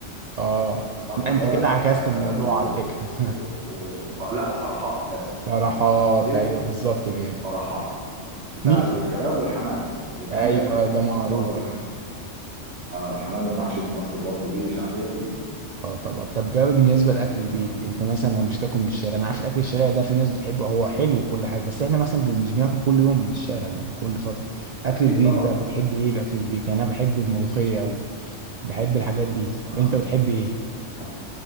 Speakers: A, on the right (about 65°); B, on the right (about 80°).
A: اه
B: بحة
A: لا انت
B: ده
A: كده عكست
B: آه
A: الموضوع
B: و...
A: على فكرة <laughs>
B: و... و... ف... لا فرحات آسف
A: فرحات
B: اللي في الحسين
A: ايوه بالظبط كده
B: فرحات بتاع
A: نيفا
B: الكباب والحمام بيتميز
A: ايوه
B: بالحمام
A: ده معروف
B: برضو الح...
A: قوي
B: آه الحمام المحشي في مصر برضو ليه شعبية كبيرة
A: اه طبعا طب بقى بالنسبه لاكل البيت
B: اه
A: انت مثلا لو مش هتاكل من الشارع انا عارف الاكل الشارع ده في ناس بتحبه هو حلو وكل حاجه بس احنا مثلا بن- مش بناكل كل يوم من الشارع بناكل كل فتره اكل
B: اكيد
A: البيت
B: طبعا
A: بقى بتحب
B: اكيد
A: ايه في اكل البيت يعني انا بحب الملوخيه قوي بحب الحاجات دي
B: اه
A: انت بتحب ايه
B: ف-